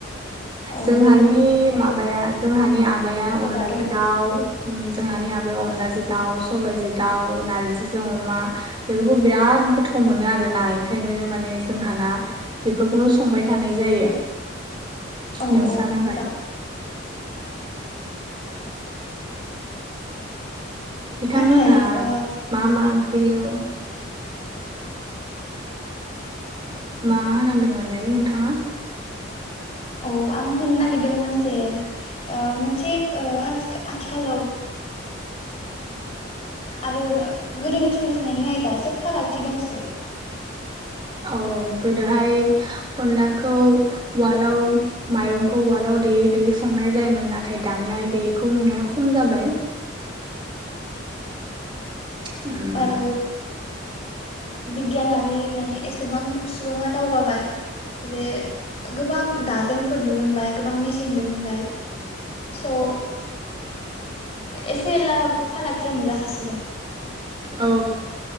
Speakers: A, on the left; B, on the right.
A: औ
B: जोंहानि
A: बेबो मोनसे बर'नि
B: माबाया जोंहानि आबाया
A: मुंख'जाथाव
B: अनलाजों दाउ जोंहानि आबाया अन- अनलाजों दाव सबायजों दाउ नार्जिजों अमा बेफोरखौ बिराद गोथाव मोनो आरोना ओंखायनो माने जोंहाना बेफोरखौनो संबाय थानाय जायो।
A: औ
B: नोंस्रानालाय
A: औ मोजां
B: बिथांमोनहा
A: नाथाय ओ
B: मा मा ओं- <unintelligible> मा होनांदोंमोनलाय नोंथाङा?
A: औ आं होननो नागिरदोंमोन जे मोनसे आथिखालाव आरो गोदोनि समनि संनायनि आयदा एसे फारागथि दंसै
B: औ गोदोहाय अनलाखौ उवालाव माइरंखौ उवालाव देयै देयै संनाय जायोमोन नाथाय दानिया बेखौ नुनाया खम जाबाय। उम
A: उवाल बिगियानारि माने एसेबां सुबुङा दावगाबाय जे गोबां दाजेम फोर दहुनबाय गोबां मेचन दिहुनबाय स' एसे एला फारागथिया नुजाखासिगोन
B: औ